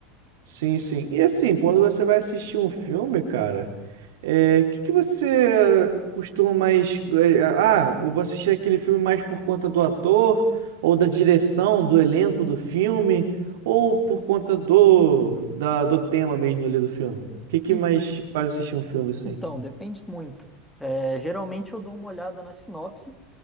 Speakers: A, on the right; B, in the centre.
A: Sim, sim. E assim, quando você vai assistir um filme, cara, é, que que você costuma mais, é, ah, eu vou assistir aquele filme mais por conta do ator, ou da direção, do elenco do filme, ou por conta do, da, do tema mesmo ali do filme? O que que
B: En-
A: mais te faz assistir um filme assim?
B: Então, depende muito. É, geralmente eu dou uma olhada na sinopse